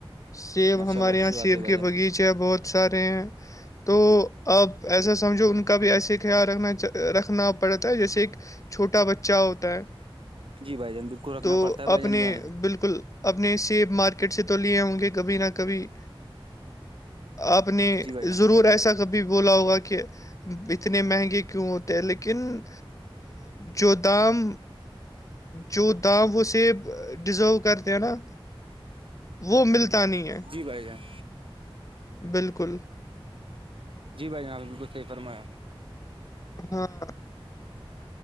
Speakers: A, on the left (about 35°); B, on the right (about 65°).
A: سیب
B: ماشاء
A: ہمارے
B: اللہ اچھی
A: یہاں
B: بات
A: سیب
B: ہے بھائی
A: کے
B: جان
A: بغیچے ہیں بہت سارے ہیں تو اپ ایسا سمجھو ان کا بھی ایسے خیال رکھنا چاہ رکھنا پڑتا ہے جیسے ایک چھوٹا بچہ ہوتا ہے
B: جی بھائی جان بالکل رکھنا
A: تو
B: پڑتا ہے بھائی
A: اپنے
B: جان دھیان
A: بالکل اپنے سیب مارک ٹ سے تو لیے ہوں گے کبھی نہ کبھی آپ نے
B: جی بھائی جان
A: ضرور ایسا کبھی بولا ہوگا کہ اتنے مہنگے کیوں ہوتے لیکن جو دام جو دام وہ سیب ڈیزرو کرتے ہیں نا وہ ملتا نہیں ہے
B: جی بھائی جان
A: بالکل
B: جی بھائی جناب بالکل صحیح فرمایا
A: ہاں